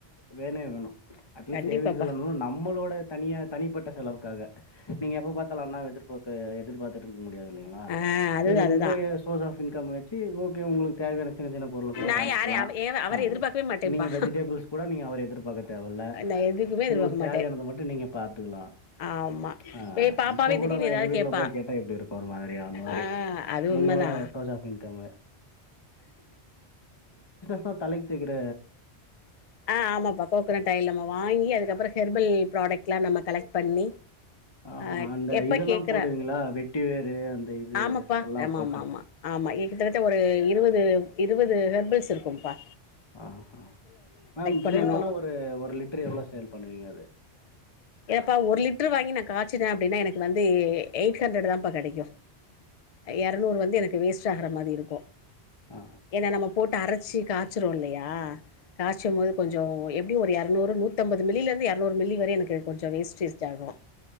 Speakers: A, on the left; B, on the left.
A: வேனைய வேணு அட்லீஸ்ட்
B: கண்டிப்பாப்பா
A: சேவிங்ஸ் இல்லனாலு நம்மளோட தனியா தனிப்பட்ட செலவுக்காக நீங்க எப்ப பார்த்தாலு அண்ணாவ எதிர்பார்த்து எதிர்பார்த்துட் முடியாது இல்லைங்களா
B: ஆ அதுதா
A: சரி
B: அதுதா
A: உங்க சோர்ஸ் ஆஃப் இன்கம் வச்சு ஓகே உங்களுக்கு தேவையான சின்ன சின்ன பொருளு கூட
B: நா
A: வாங்கிக்கலா
B: யாரையு அவ ஏ அவர
A: ஆ
B: எதிர்பார்க்கவே மாட்டேன்ப்பா
A: நீங்க வெஜிடேபிள்ஸ் கூட நீங்க அவர எதிர்பார்க்க தேவல்ல
B: நா எதுக்குமே எதிர்பார்க்க
A: உங்களுக்கு தேவையானத
B: மாட்டே
A: மட்டு நீங்க பாத் பாத்துக்கலா
B: ஆமா
A: ஆ
B: ஏ பாப்பாவே
A: இப்ப கூட
B: திடீர்னு
A: நா
B: ஏதாவது
A: எங்க வீட்ல
B: கேப்பா
A: போய் கேட்டா எப்டி இருக்கு ஒரு மாதிரியா அந்த மாரி
B: ஆ அது உண்மதா
A: உங்களோட சோர்ஸ் ஆஃப் இன்கமு ம்மா தலக்கி தேக்கிற
B: ஆ ஆமாப்பா கோகனட் தைலம வாங்கி அதுக்கப்புற ஹெர்பல் ப்ராடக்ட் லா நம்ம கலக்ட் பண்ணி
A: ஆஹா
B: ஆ
A: அந்த
B: எப்ப
A: இதெல்லாம்
B: கேக்குற
A: போடுவீங்களா? வெட்டி வேரு அந்த இது
B: ஆமப்பா
A: எல்லாம்
B: ஆமா
A: போட்டு.
B: ஆமா ஆமா ஆ ஆமா கிட்டத்தட்ட ஒரு இருவது இருவது ஹெர்பல்ஸிருக்கும்ப்பா
A: ஆ ஹா மேம்
B: பண்ணனு
A: சேல் பண்ணா ஒரு ஒரு லிட்ரு எவ்ளோ சேல் பண்ணுவீங்க அது
B: ஏப்பா ஒரு லிட்ரு வாங்கி நா காய்சிற அப்டின்னா எனக்கு வந்து எ எயிட் ஹண்ட்ரட் தாம்ப்பா கெடைக்கு எரநூறு வந்து எனக்கு வேஸ்டாகற மாரி இருக்கு
A: ஆ.
B: ஏன்னா நம்ம போட்டு அரச்சி காச்சறோல்லையா காச்சும் போது கொஞ்சோ எப்டியு ஒரு எரநூறு நூத்தம்பது மில்லிலருந்து எரநூறு மில்லி வர எனக்கு கொஞ்ச வேஸ்டேஜ் ஆகு